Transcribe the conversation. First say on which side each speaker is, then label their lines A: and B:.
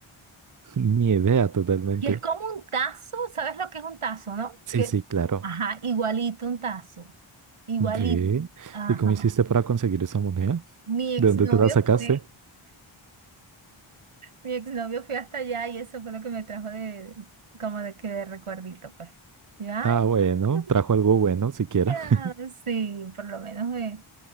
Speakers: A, on the right; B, on the right.
A: <laughs> ni idea totalmente.
B: Y es como un tazo, ¿sabes lo que es un tazo, no?
A: Sí,
B: Que,
A: sí, claro.
B: ajá, igualito un tazo, igualito.
A: Ve,
B: Ajá.
A: ¿y cómo hiciste para conseguir esa moneda?
B: Mi exnovio
A: ¿De dónde te la sacaste?
B: fue, mi exnovio fue hasta allá y eso fue lo que me trajo de, como de que de recuerdito, pues. Y Yo, ay,
A: Ah, bueno,
B: qué
A: trajo algo bueno siquiera.
B: gracias.
A: <laughs>
B: Sí, por lo menos me,